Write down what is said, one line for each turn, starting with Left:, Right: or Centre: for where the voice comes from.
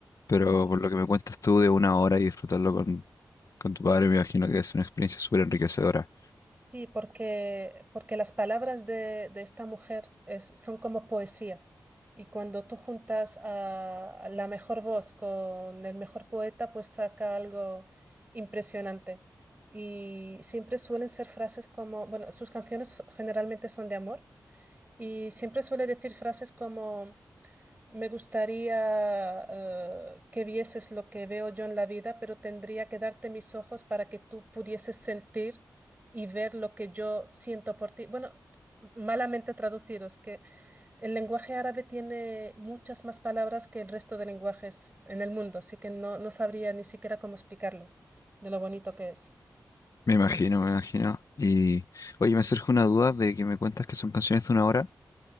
Left: pero
Right: Mm,
Left: por lo que me cuentas tú de una hora y disfrutarlo con, con tu padre, me imagino que es una experiencia súper enriquecedora.
Right: Sí, porque, porque las palabras de, de esta mujer es- son como poesía. Y cuando tú juntas a, a la mejor voz con el mejor poeta, pues saca algo impresionante. Y siempre suelen ser frases como, bueno, sus canciones generalmente son de amor. Y siempre suele decir frases como... Me gustaría eh, que vieses lo que veo yo en la vida, pero tendría que darte mis ojos para que tú pudieses sentir y ver lo que yo siento por ti. Bueno, malamente traducido, es que el lenguaje árabe tiene muchas más palabras que el resto de lenguajes en el mundo, así que no, no sabría ni siquiera cómo explicarlo, de lo bonito que es.
Left: Me imagino, me imagino. Y oye, me surge una duda de que me cuentas que son canciones de una hora.